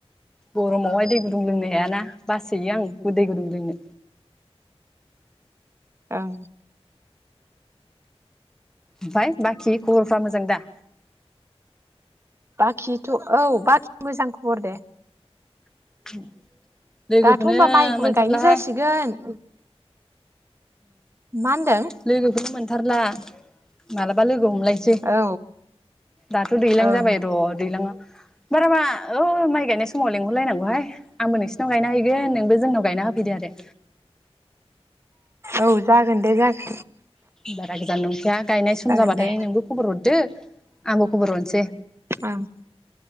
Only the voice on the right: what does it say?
औ
बाखिथ' औ बाखि मोजां खबर दे
दाथ' होनबा माइबो
गायनो जासिगोन मा होनदों
औ
ओं
औ जागोन दे जाग।
जागोन
दे
ओं